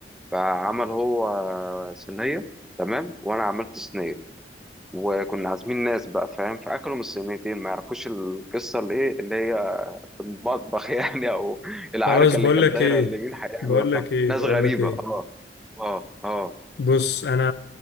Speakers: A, in the centre; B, on the left.
A: فعمل هو صينيه تمام وانا عملت صينيه وكنا عازمين ناس بقى فاهم فاكلوا من الصينيتين ما يعرفوش القصه اللي ايه اللي هي المطبخ <laughs> يعني او العركه
B: خلاص بقول
A: اللي كانت
B: لك
A: دايره
B: ايه
A: اللي مين هيعمل
B: بقول
A: وبتاع
B: لك ايه
A: ناس
B: بقول
A: غريبه
B: لك ايه
A: اه اه اه
B: بص انا